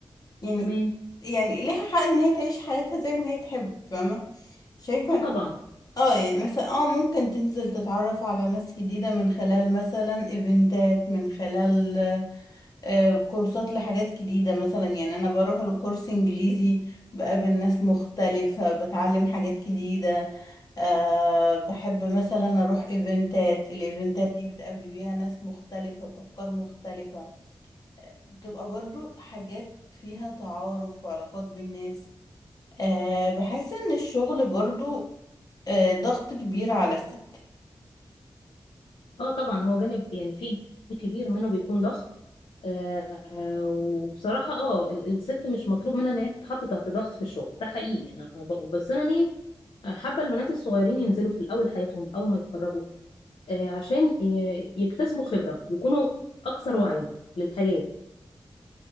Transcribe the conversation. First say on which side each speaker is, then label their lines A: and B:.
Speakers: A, on the left; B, on the left.
A: يعني
B: تمام
A: يعني ليها حق ان هي تعيش حياتها زي ما هي تحب فاهمة شايفة
B: اه
A: إن-
B: طبعا
A: اه يعني مثلا اه ممكن تنزل تتعرف على ناس جديدة من خلال مثلا ايفنتات من خلال آه، كورسات لحاجات جديدة مثلا يعني أنا بروح لكورس إنجليزي بقابل ناس مختلفة بتعلم حاجات جديدة أه بحب مثلا اروح ايفنتات الايفنتات دي بتقابلي بيها ناس مختلفة بافكار مختلفة بتبقى برضو حاجات فيها تعارف وعلاقات بين الناس أه بحس ان الشغل برضو أه ضغط كبير على الست
B: اه طبعا هو جانب يعني في جانب كبير منه بيكون ضغط آه آه، وبصراحة اه ال- الست مش مطلوب منها ان هي تتحط تحت ضغط في الشغل ده حقيقي انا أنا ب- بس انا ليه حابة البنات الصغيرين ينزلوا في الاول حياتهم اول ما يتخرجوا آه عشان ي- يكتسبوا خبرة يكونوا اكثر وعيا للحياة